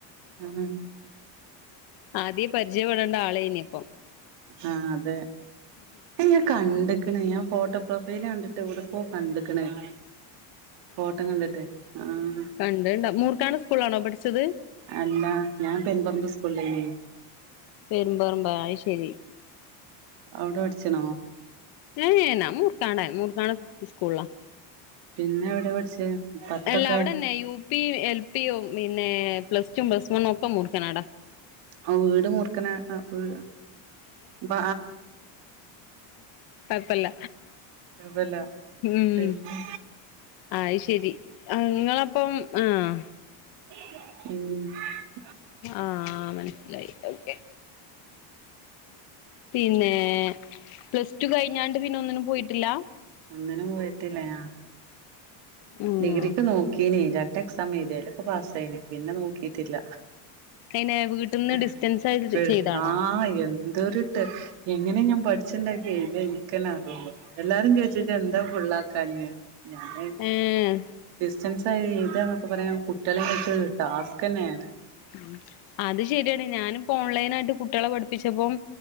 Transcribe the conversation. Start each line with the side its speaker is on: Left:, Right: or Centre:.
Right: ആഹ്
Left: ആദ്യേ പരിചയപ്പെടേണ്ട ആളേ ഇനി ഇപ്പം
Right: ആഹ് അതെ ഞാൻ കണ്ട് ക്ക്ണ് ഞാൻ ഫോട്ടോ പ്രൊഫൈൽ കണ്ടിട്ട് ഇവിടെ പോ കണ്ടക്ക്ണ് ഇയാളെ ഫോട്ടം കണ്ടിട്ടെ ആഹ്
Left: കണ്ടണ്ടാ മൂർക്കാണ് സ്കൂളാണോ പഠിച്ചത്
Right: അല്ലാ ഞാൻ പെൻപർമ്പ് സ്കൂളേനി
Left: പെരുമ്പാറമ്പ അത് ശരി
Right: അവിടെ പഠിച്ചണോ
Left: <unintelligible> മൂർക്കാട മൂർക്കാട സ്കൂളിലാ
Right: പിന്നെ എവിടെ പഠിച്ചേ പത്തൊക്കെ
Left: അല്ല അവിടെന്നെ യൂ പി എൽ പിയും പിന്നെ പ്ലസ് ടു പ്ലസ് വണ്ണും ഒക്കെ മുർക്കനാടാ
Right: ആഹ് വീട് മുർക്കനാ ആഹ് അപ്പ
Left: കൊഴ്പ്പല്ല
Right: അതല്ല
Left: ഉം
Right: പിന്നെ
Left: അത് ശരി നിങ്ങളപ്പം ആഹ്
Right: ഉം
Left: ആഹ് മനസിലായി ഓക്കെ പിന്നെ പ്ലസ് ടു കഴിഞ്ഞാണ്ട് പിന്നെ ഒന്നിനും പോയിട്ടില്ല
Right: അങ്ങനെ പോയിട്ടില്ല ആഹ്
Left: ഉം
Right: ഡിഗ്രിക്ക് നോക്കീന് രണ്ട് എക്സാം എഴുതിയാലും പാസ്സായിന് പിന്നെ നോക്കിട്ടില്ല
Left: അയിനെ വീട്ടിൽന്ന്
Right: <unintelligible>
Left: ഡിസ്റ്റൻസ് ആയിട്ട് ചെയ്താണോ
Right: ആഹ് എന്തൊരു എങ്ങനെ ഞാൻ പഠിച്ചന്നെ എഴുതിയെന്ന് എനിക്കന്നെ അറിയില്ല എല്ലാരും ചോദിച്ച് ഇത് എന്താ ഫുള്ളാക്കാഞ്ഞെ ഞാന്
Left: ഏഹ്
Right: ഡിസ്റ്റൻസ് ആയി എഴുതാനെക്കെ പറയാൻ കുട്ടികളെവെച്ച് ടാസ്ക് തന്നെയാണ്
Left: ഉം അത് ശരിയാണ് ഞാനിപ്പോ ഓൺലൈൻ ആയിട്ട് കുട്ടികളെ പഠിപ്പിച്ചപ്പം